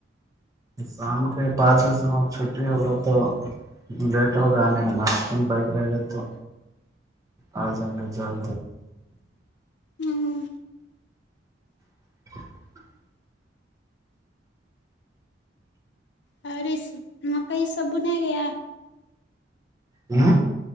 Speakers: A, on the right; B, on the left.
A: شام کے پانچ بجے میں آپ چھٹی ہوگو تو لیٹ ہوگا آنے میںن بائک رہے گا تو آ ج مج جان
B: ہوں
A: <inaudible>
B: اور مکئی سب ن گےیا
A: ہوں